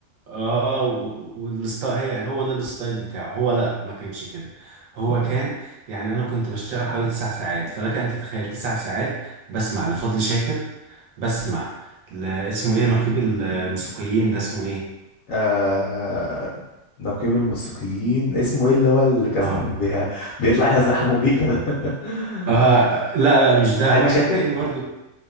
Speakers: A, on the right (about 80°); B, on the left (about 85°).
A: اه والستايل هي هو ده الستايل بتاعه هو لا ما كانش كده هو كان يعني انا كنت بشتغل حوالي تسع ساعات فلك ان تتخيل تسع ساعات بسمع لفضل شاكر بسمع ل... اسمه ايه نقيب الموسيقيين ده اسمه ايه سامي
B: آه... نقيب الموسيقيين اسمه ايه اللي هو اللي كان
A: اه
B: بيها... بيطلع يزحموا بيه كده <laughs>
A: اه لا لا مش ده
B: هاني
A: واحد
B: شاكر
A: تاني برضو